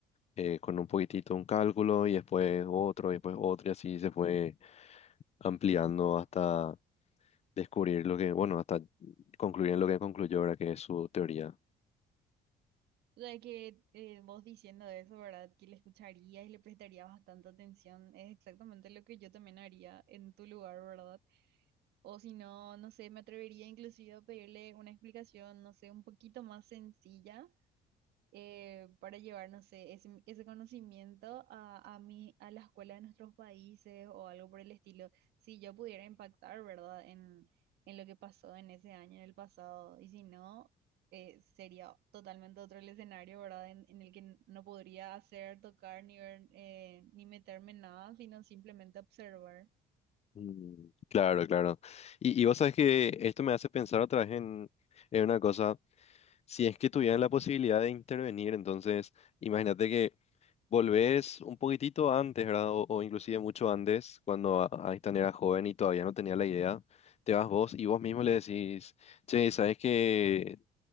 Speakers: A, on the left; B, on the right.
A: eh, con un poquitito un cálculo y después otro, y después otro, y así se fue ampliando hasta descubrir lo que, bueno, hasta concluir en lo que concluyó ahora, que es su teoría.
B: O sea que eh, vos diciendo eso, ¿verdad? Que le escucharías y le prestarías bastante atención, es exactamente lo que yo también haría en tu lugar, ¿verdad? O si no, no sé, me atrevería inclusive a pedirle una explicación, no sé, un poquito más sencilla eh, para llevar, no sé, ese, ese conocimiento a, a, mi, a la escuela de nuestros países o algo por el estilo. Si yo pudiera impactar, ¿verdad? En, en lo que pasó en ese año, en el pasado. Y si no, eh, sería totalmente otro el escenario, ¿verdad? En, en el que n- no podría hacer, tocar, ni ver, eh, ni meterme en nada, sino simplemente observar.
A: Mm, Claro, claro. Y, y vos sabes que esto me hace pensar otra vez en, en una cosa. Si es que tuvieran la posibilidad de intervenir, entonces imagínate que Volvés un poquitito antes, ¿verdad? O, o inclusive mucho antes, cuando A- Einstein era joven y todavía no tenía la idea. Te vas vos y vos mismo le decís, che, ¿sabes que